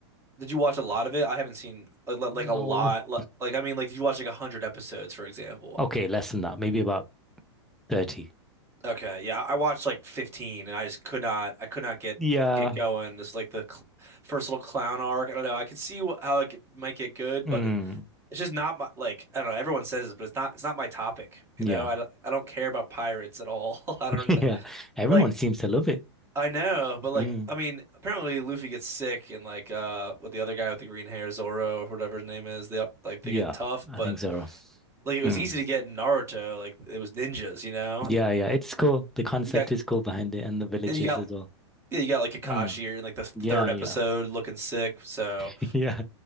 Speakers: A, on the right; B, in the centre.
A: Did you watch a lot of it? I haven't seen like li-
B: No.
A: like a lot. li- Like I mean, like did you watch like a hundred episodes, for example?
B: Okay, less than that, maybe about 30.
A: Okay, yeah, I watched like 15 and I just could not I could not get
B: Yeah.
A: get going. Just like the cl first little clown arc. I don't know. I could see wh how it get, might get good,
B: Mm,
A: but it- it's just not my like I don't know. Everyone says this, but it's not it's not my topic,
B: yeah.
A: you know? I don't
B: <laughs>
A: I don't care about pirates at all. <laughs> I don't
B: Yeah.
A: know.
B: Everyone
A: Like
B: seems to love it.
A: I know, but like
B: Mm,
A: I mean, apparently Luffy gets sick and like uh with the other guy with the green hair, Zoro or whatever his name is, they like they
B: yeah,
A: get tough,
B: I
A: but
B: think so.
A: like it was
B: Mm.
A: easy to get in Naruto, like it was ninjas, you know?
B: Yeah, yeah. It's cool. The concept
A: You got
B: is cool behind it and the villages
A: and you got
B: as well.
A: Yeah, you got like Kakashi
B: Mm,
A: or like the third
B: yeah,
A: episode
B: yeah.
A: looking sick. So
B: <laughs> Yeah.